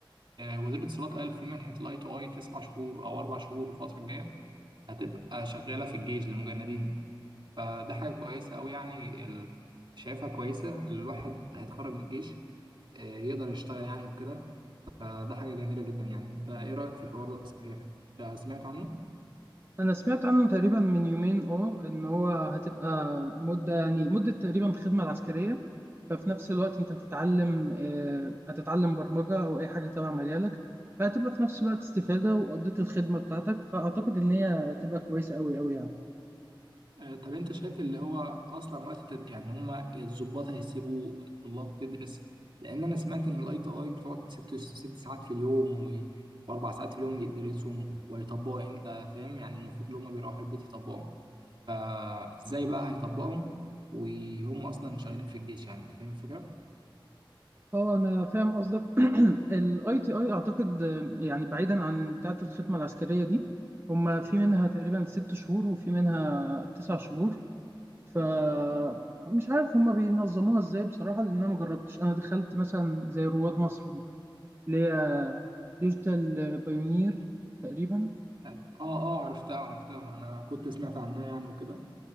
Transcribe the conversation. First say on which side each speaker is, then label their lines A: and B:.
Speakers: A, on the right; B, on the right.
A: وزير الاتصالات قال في منحه الاي تو اي تسع شهور او اربع شهور الفتره الجايه هتبقى شغاله في الجيش للمجندين فده حاجة كويسة أوي يعني ال... شايفها كويسة الواحد هيتخرج من الجيش آه، يقدر يشتغل يعني وكده فده حاجة جميلة جدا يعني أنت إيه رأيك في الحوار ده صحيح؟ أنت سمعت عنه؟
B: انا سمعت عنه تقريبا من يومين اه ان هو هتبقى مده يعني مده تقريبا الخدمه العسكريه ففي نفس الوقت انت هتتعلم آه، هتتعلم برمجه او اي حاجه تبع مجالك فهتبقى في نفس الوقت استفاده وقضيت الخدمه بتاعتك فاعتقد ان هي هتبقى كويسه قوي قوي يعني
A: آه، طب أنت شايف اللي هو أصلا وقت التد... يعني هما الضباط هيسيبوا الطلاب تدرس لأن أنا سمعت إن الأي تي أي بتقعد ست ست ساعات في اليوم و... وأربع ساعات في اليوم يدرسهم ويطبقوا إمتى فاهم يعني المفروض اللي هما بيروحوا البيت يطبقوا فازاي بقى هيطبقهم وهم اصلا شغالين في الجيش يعني انت فاهم الفكره
B: اه انا فاهم قصدك <clears throat> الاي تي اي اعتقد آه، يعني بعيدا عن بتاعه الخدمه العسكريه دي هما في منها تقريبا ست شهور وفي منها تسع شهور فمش عارف هما بينظموها ازاي بصراحة لأن أنا مجربتش أنا دخلت مثلا زي رواد مصر دي اللي هي ديجيتال بايونير تقريبا
A: اه اه عرفتها عرفتها انا كنت سمعت عنها يعني وكده